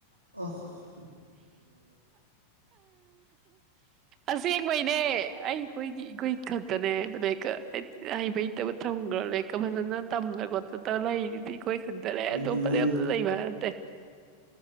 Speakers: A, on the right; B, on the right.
A: ꯑꯣꯐ
B: ꯑꯁꯦꯡꯕꯩꯅꯦ ꯑꯩꯈꯣꯏꯒꯤ ꯏꯈꯣꯏ ꯈꯛꯇꯅꯦ ꯂ ꯍꯩꯕ ꯍꯩꯇꯕ ꯊꯝꯈ꯭ꯔꯥ ꯂꯔꯤꯛꯀ ꯐꯖꯅ ꯇꯝꯗ ꯈꯣꯠꯇ ꯂꯩꯔꯤꯗꯤ ꯑꯩꯈꯣꯏ ꯈꯛꯇꯔꯦ
A: ꯑꯗꯨꯗꯤ
B: ꯑꯇꯣꯞꯄꯗꯤ
A: ꯅꯪ
B: ꯑꯝ ꯂꯩꯕ ꯅꯠꯇꯦ